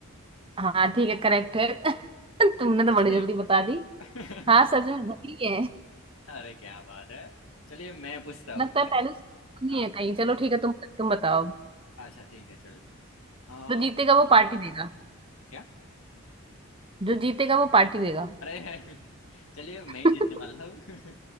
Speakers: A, on the right (about 25°); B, on the left (about 65°).
A: हाँ ठीक है करेक्ट है <laughs> तुमने तो
B: सच
A: बड़ी
B: में
A: जल्दी बता दी
B: <laughs>
A: हाँ सच में घड़ी है
B: अरे क्या बात है चलिए मैं पूछता हूँ
A: लगता
B: ठीक
A: है पहले
B: है
A: से नहीं
B: हाँ
A: है कहीं चलो ठीक है तुम तुम बताओ
B: अच्छा ठीक है चलो आ,
A: जो जीतेगा वो पार्टी देगा
B: क्या
A: जो जीतेगा वो पार्टी देगा
B: अरे <laughs> चलिए मैं
A: <laughs>
B: ही जीतने वाला हूँ <laughs>